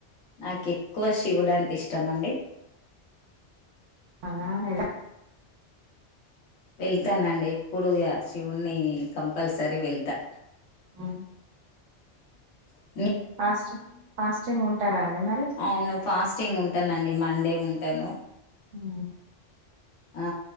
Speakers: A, on the left (about 85°); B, on the right (about 80°).
A: నాకు ఎక్కువ శివుడు అంటే ఇష్టం అండి
B: అవునా <inaudible>
A: వెళ్తానండి ఎప్పుడిగా శివుణ్ణి కంపల్సరీ వెళ్తా
B: ఆ
A: మ్
B: ఫస్ట్ంగ్ ఫాస్టింగ్ ఉంటారా అండి. మరి
A: అవును ఫాస్టింగ్ ఉంటానండి మండే ఉంటాను.
B: హ్మ్
A: ఆ